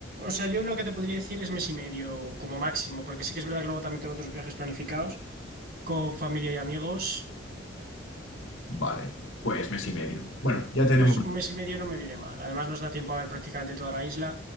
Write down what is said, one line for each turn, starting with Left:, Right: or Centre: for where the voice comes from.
Right: O sea, yo lo que te podría decir es mes y medio como máximo, porque sí que es verdad que luego también tengo otros viajes planificados. con familia y amigos,
Left: Vale, pues mes y medio. Bueno, ya tenemos...
Right: pues un mes y medio no me viene mal. Además, nos da tiempo a ver prácticamente toda la isla.